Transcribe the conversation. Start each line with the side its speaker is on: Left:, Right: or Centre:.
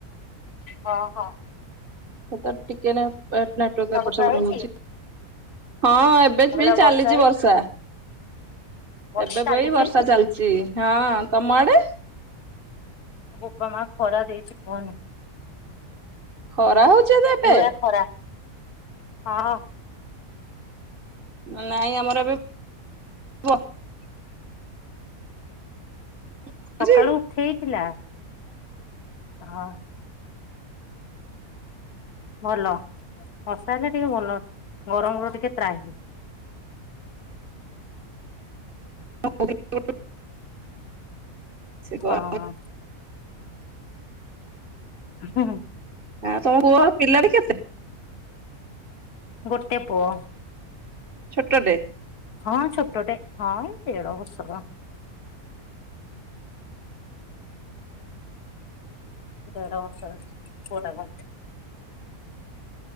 Left: ହଁ ହଁ।
Right: ସେ କ ଟିକେ ଏ ପଟେ ସେପଟେ
Left: ବର୍ଷା ହେଇଛି
Right: ହଉଛି
Left: ମୁଁ
Right: ହଁ ଏବେ
Left: କହିଲି
Right: ବି
Left: ଆଉ
Right: ଚାଲିଛି
Left: ହେଇଛି
Right: ବର୍ଷା
Left: ବର୍ଷା
Right: ଏବେ
Left: ଚାଲିଛି
Right: ବି ବର୍ଷା
Left: ନା?
Right: ଚାଲିଛି। ହଁ ତମାଡେ
Left: ବାୋପା ମା ଖରା ଦେଇଛି କୁହନି।
Right: ଖରା ହଉଚ ତ ଏବେ
Left: ପୁରା ଖରା ହଁ।
Right: ନାଇଁ ଆମର ଏବେ ହ। ବସୁଛି
Left: ସକାଳୁ ଉଠେଇଥିଲା ହଁ। ଭଲ ବର୍ଷା ହେଲେ ଟିକେ ଭଲ ଗରମ ରୁ ଟିକେ ତ୍ରାହି
Right: ହୁଁ। ସେ
Left: ହଁ।
Right: ଆ
Left: ହୁଁ।
Right: ଆ ତମ ପୁଅ ପିଲାଟି କେତେ
Left: ଗୋଟେ ଗୋଟେ ପୁଅ
Right: ଛୋଟ ଟେ
Left: ହଁ ଛୋଟଟେ ହଁ ଏ ଦେଢ ବର୍ଷର ଦେଢ଼ ବର୍ଷ ପୁଅ ଟାକୁ